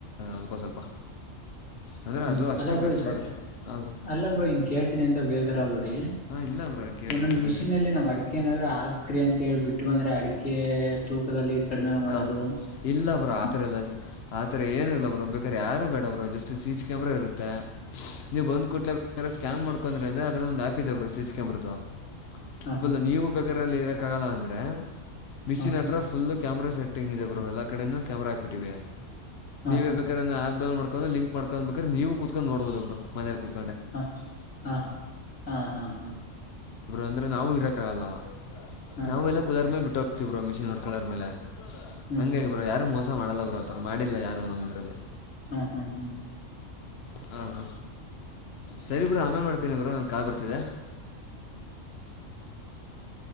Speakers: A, on the left (about 55°); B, on the left (about 80°).
A: ಅಲ್ಪ ಸ್ವಲ್ಪ. ಅಂದರೆ
B: ಹ್ಮ್
A: ಅದು ಅಷ್ಟೇ
B: ಅಲ್ಲಬ್ರು
A: ಖರ್ಚು
B: ಈತ
A: ಬರುತ್ತೆ ಹಾಂ ಬ್ರೋ
B: ಅಲ್ಲಬ್ರು ಹಂಗ ಕೇಳ್ತೀನಿ ಅಂತ ಬೇಜಾರಾಗಬೇಡಿ.
A: ಹಾಂ ಇಲ್ಲ ಬ್ರೋ ಕೇಳಿ
B: ಒಂದೊಂದ್
A: ಅದರಲ್ಲೇನಿಲ್ಲ
B: ಮಿಷಿನ್ ಅಲ್ಲಿ ನಾವ್ ಅಡಕೆ ಏನಾದ್ರು ಹಾಕ್ರಿ ಅಂತ ಹೇಳ್ಬಿಟ್ಟು. ಇಟ್ಟ ಅಂದ್ರೆ ಅಡಿಕೆ ತೂಕದಲ್ಲಿ ಕಡಿಮೆ ಮಾಡೋದು
A: ಹ ಇಲ್ಲ ಬ್ರ ಆತರ ಎಲ್ಲ ಆ ಏನ ಇಲ್ಲ ಬ್ರ ಬೇಕಾದ್ರ ಯಾರ ಬಡ ಬ್ರೋ ಜಸ್ಟ್ ಸಿ ಕ್ಯಾಮರಾ ಇರುತ್ತೆ ನೀವು ಬಂದ್ ಕುತಿ. ಏನ್ ಮಾಡ್ಕೊಂಡ್ರ ಅಂದ್ರ ಅದ್ರೊಂದು ಆಪ ಇದೆ ಬ ಸಿಕಂಬ್ರದದು
B: ಹಾ
A: ಫುಲ್
B: ಹಾ
A: ನೀವು ಬೇಕಾರ್ರಲ್ಲಿ ಇರಕ್ಕ ಆಗಲ್ಲ ಅಂದ್ರೆ ಮಿಶನ್
B: ಹಾ
A: ಹತ್ರ ಫುಲ್. ಕ್ಯಾಮರಾ ಸೆಟ್ಟಿಂಗ್ ಇದೆ ಬೋ ಎಲ್ಲ ಕಡಿಂದ ಕ್ಯಾಮರಾ ಹಾಕ್ಬಿಟ್ಟಿವೆ
B: ಹಾ
A: ನೀವೇ
B: ಹಾ
A: ಬೇಕಾದ ಆಪ್ಡೌನ್ ಮಾಡ್ ಲಿಕ್ ಮಾಡ್ಕೋಬೇಕ್ರ ನೀವು ಕುೂತ್ಕು ನೋಬೋುದುಬ್ರು ಮನ ಕತ್.
B: ಹ ಹಾ ಹಾ ಹಾ ಹಾ ಹಾ.
A: ಅಂದ್ರೆ ನಾವು ಇರಕ್ಕಾಗಲ್ಲ
B: ಹಾ
A: ನಾವು ಎಲ್ಲ ಕ ಕುಲರ್ ಮೇಲೆ ಬಿಟ್ಟು ಹೋಗ್ತೀವ್ರ ಮಿಷಿನ್ ನೋಡ್ ಕಳರ್ ಮೇಲೆ.
B: ಹ್ಮ್
A: ಹಂಗಾಗಿ
B: ಹ್ಮ್
A: ಬ್ರೋ ಯಾರು ಮೋಸ ಮಾಡಲ್ಲ ಬ್ರೋ ಆತರ ಮಾಡಿಲ್ಲ ಯಾರು ನಮ್ಮ ಇದ್ರಲ್ಲಿ.
B: ಹ್ಮ್ ಹ್ಮ್ ಹ್ಮ್.
A: ಹ ಬ್ರ ಸರಿ ಬ್ರ ಆಮೇನ್ ಮಾಡ್ತೀನಿ ಬರು ಒ ಕಾಲು ಬರ್ತಿದೆ.
B: ಹ <unintelligible>